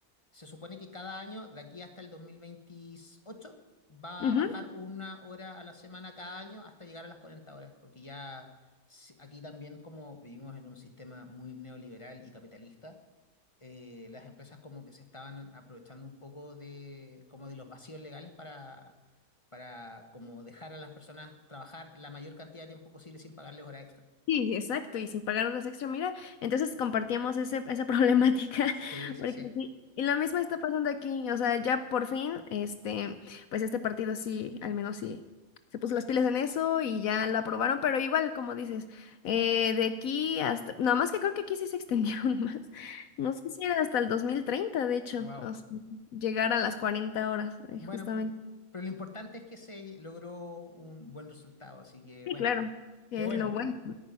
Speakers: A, on the left (about 25°); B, on the left (about 70°).
A: Se supone que cada año, de aquí hasta el 2028, va
B: ujú.
A: a bajar una hora a la semana cada año hasta llegar a las 40 horas, porque ya si- aquí también como vivimos en un sistema muy neoliberal y capitalista, eh, las empresas como que se estaban aprovechando un poco de como de los vacíos legales para para como dejar a las personas trabajar la mayor cantidad de tiempo posible sin pagarles hora extra.
B: Sí, sí, exacto, y sin pagar horas extra, mira, entonces compartíamos ese, esa <laughs> problemática,
A: Sí, sí,
B: porque
A: sí.
B: sí, y la misma está pasando aquí, o sea, ya por fin, este, pues este partido sí, al menos sí, se puso las pilas en eso y ya lo aprobaron, pero igual, como dices, eh, de aquí hasta, nada más que creo que aquí sí se extendieron <laughs> más, no sé si era hasta el 2030 de hecho,
A: Wow.
B: o sea,
A: <laughs>
B: llegar a las 40 horas, eh,
A: Bueno,
B: justamente.
A: pero, pero lo importante es que se logró un buen resultado, así que
B: Sí,
A: bueno,
B: claro, que
A: qué bueno.
B: es lo bueno.